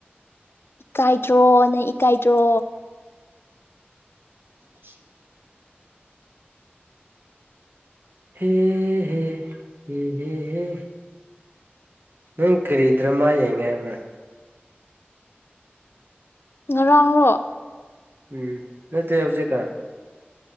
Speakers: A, on the left (about 70°); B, on the right (about 60°).
A: ꯏꯀꯥꯏꯇ꯭ꯔꯣ ꯅ ꯏꯀꯥꯏꯇ꯭ꯔꯣ
B: ꯁꯤ ꯍꯦ ꯍꯦ ꯍꯦ ꯍꯦ ꯍꯦ ꯅꯪ ꯀꯔꯤꯗ꯭ꯔꯃꯥ ꯌꯦꯡꯉꯦ ꯍꯥꯏꯕ꯭ꯔꯥ
A: ꯉꯔꯥꯡꯔꯣ
B: ꯎꯝ ꯅꯠꯇꯦ ꯍꯧꯖꯤꯀꯥꯟ